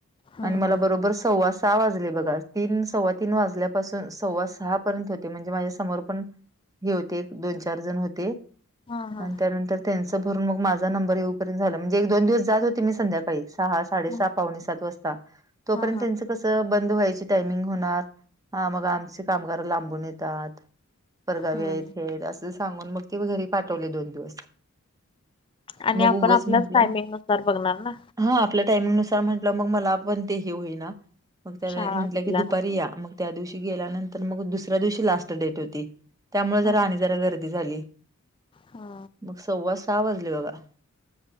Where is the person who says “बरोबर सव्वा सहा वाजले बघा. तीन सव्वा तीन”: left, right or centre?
Right